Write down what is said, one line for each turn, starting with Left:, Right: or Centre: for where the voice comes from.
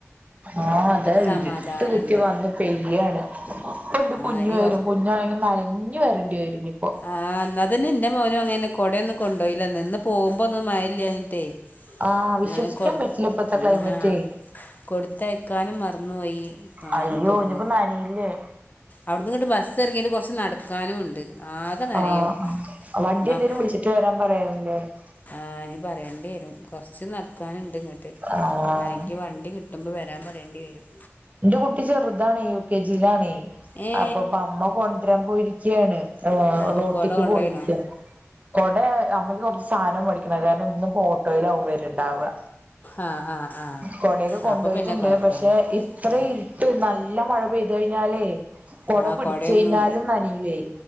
Right: ആഹ് അതാ
Left: സമാധാനമുണ്ട്
Right: ഇരുട്ട് കുത്തി വന്ന് പെയ്യാണ്. കൊണ്ട്
Left: ആ
Right: കുഞ്ഞ്
Left: ഇനി
Right: വരും. കുഞ്ഞണെങ്കിൽ നനഞ്ഞു വരേണ്ടി വരും. ഇനിയിപ്പോ
Left: ആഹ് എന്നാതന്നെ എന്റെ മോനും അങ്ങന കൊടയൊന്നും കൊണ്ടോയില്ല നിന്ന് പോകുമ്പോ ഒന്നും മയല്ലാഞ്ഞിട്ടേ.
Right: ആ വിശ്വസിക്കാൻ
Left: ഞൻ കൊടു
Right: പറ്റില്ല ഇപ്പത്തെ ക്ലൈമറ്റേ
Left: ആ കൊടുത്തയക്കാനും മറന്നുപയി.
Right: അയ്യോ
Left: ആക കൊടുങ്ങു
Right: ഇനിയിപ്പോ നനയില്ലേ
Left: അവിടുന്ന്ങ്ങിട്ട് ബ ബസെറങ്ങിയിട്ട് കുറച്ച് നടക്കാനും ഉണ്ട്. ആകെ നനയും
Right: ആ വണ്ടി
Left: മക്ക്
Right: എന്തേിലും വിളിച്ചിട്ട് വരാൻ പറയാോ പിെ <unintelligible>
Left: ആ അനി പറയേണ്ടി വരും കൊറച്ച്ു നടക്കാനുണ്ട്ട്ട
Right: ആഹ്
Left: ആരെെങ്കി വണ്ടി കിട്ടുമ്പോ വരാൻ പറ രണ്ടു പേരും <unintelligible>
Right: എന്റെ കുട്ടി ചെറുതണ യു കെ ജിയിലാണ
Left: ഏ
Right: അപ്പൊപ്പ അമ്മ കൊണ്ടരാൻ പോയിരിക്കയാണ്
Left: ആ
Right: റോട്ടിക്ക്
Left: പക്കോട കൊണ്ടുപോയിണോ
Right: പോയിരിക്ക കൊടെ നമ്മക്ക് കുറച്ച് സാധനം മടിക്കണം അ കാരണം ഇന്ന് വെയിൽ ആകുമ്പോൾ ട്ടോ വരുണ്ടാവുക
Left: ആ ആ ആ
Right: കൊടയൊക്കെ കൊണ്ടപോയിട്ടുണ്ട്
Left: അപ്പോൾ പിന്നെ കുഴപ്പമില്ല
Right: പക്ഷെ അത്ര
Left: ഉം.
Right: ഇട്ട് നല്ല എല്ല മഴ പെയ്തു കഴിഞ്ഞാലേ കൊട
Left: ആഹ
Right: പിടിച്ച്
Left: കൊടയൊന്നും
Right: കഴിഞ്ഞാലും നനയുവേ